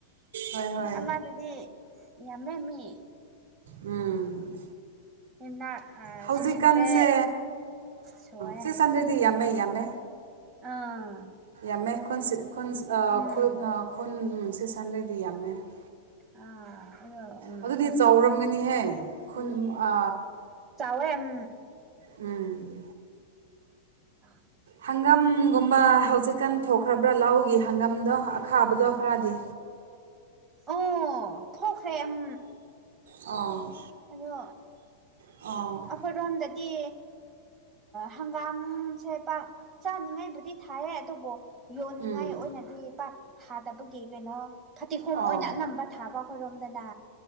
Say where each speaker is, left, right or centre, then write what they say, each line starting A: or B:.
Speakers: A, on the right; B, on the right.
A: ꯍꯣꯏ ꯍꯣꯏ
B: ꯑꯃꯗꯨꯗꯤ ꯌꯥꯝꯃꯦ ꯃꯤ
A: ꯎꯝ
B: ꯌꯨꯝꯅꯥꯛ
A: ꯍꯧꯖꯤꯛꯀꯥꯟꯁꯦ
B: ꯁꯤꯛꯁ ꯍꯟꯗ꯭ꯔꯦꯠ ꯁꯨꯋꯦ
A: ꯁꯤꯛꯁ ꯍꯟꯗ꯭ꯔꯦꯗꯗꯤ ꯌꯥꯝꯃꯦ ꯌꯥꯝꯃꯦ
B: ꯑꯥ
A: ꯌꯥꯝꯃꯦ ꯈꯨꯟ ꯈꯨꯟ
B: ꯎꯝ
A: ꯈꯨ ꯈꯨꯟ ꯁꯤ ꯁꯟꯗꯦꯗꯤ ꯌꯥꯝꯃꯦ <unintelligible>
B: ꯑ ꯎꯝ
A: ꯑꯗꯨꯗꯤ ꯆꯥꯎꯔꯝꯒꯅꯤꯍꯦ ꯈꯨꯟ ꯑ,
B: ꯋꯦꯝ
A: ꯎꯝ
B: ꯑ
A: ꯍꯪꯒꯝꯒꯨꯝꯕ ꯍꯧꯖꯤꯛꯀꯥꯟ ꯊꯣꯛꯈ꯭ꯔꯕ꯭ꯔꯥ ꯂꯧꯒꯤ ꯍꯪꯒꯝꯗꯣ ꯑꯈꯥꯕꯗꯣ ꯈꯔꯗꯤ
B: ꯑꯣ ꯊꯣꯛꯈ꯭ꯔꯦ ꯎꯝ
A: ꯑꯣ
B: ꯑꯗꯣ
A: ꯑꯣ
B: ꯑꯩꯈꯣꯏ ꯔꯣꯝꯗꯗꯤ ꯍꯪꯒꯥꯝꯁꯦ ꯄꯥꯛ ꯆꯥꯅꯤꯡꯉꯥꯏꯕꯨꯗꯤ ꯊꯥꯏꯌꯦ ꯑꯗꯨꯕꯨ ꯌꯣꯟꯅꯤꯡꯉꯥꯏ
A: ꯎꯝ
B: ꯑꯣꯏꯅꯗꯤ ꯄꯥꯛ ꯊꯥꯗꯕꯒꯤ ꯀꯩꯅꯣ ꯐꯇꯤꯒꯣꯝ
A: ꯑꯣ
B: ꯑꯣꯏꯅ ꯑꯅꯝꯕ ꯊꯥꯕ ꯑꯩꯈꯣꯏꯔꯣꯝꯗꯅ